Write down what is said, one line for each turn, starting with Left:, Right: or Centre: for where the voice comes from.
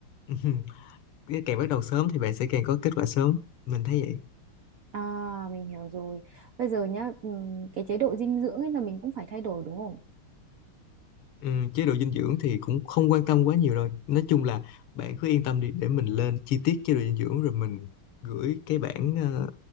Left: <laughs> càng bắt đầu sớm thì bạn sẽ càng có kết quả sớm mình thấy vậy
Right: à mình hiểu rồi bây giờ nhá ừ, cái chế độ dinh dưỡng ấy là mình cũng phải thay đổi đúng không
Left: Ừm, chế độ dinh dưỡng thì cũng không quan tâm quá nhiều đâu nói chung là bạn cứ yên tâm đi để mình lên chi tiết chế độ dinh dưỡng rồi mình gửi cái bảng ờ,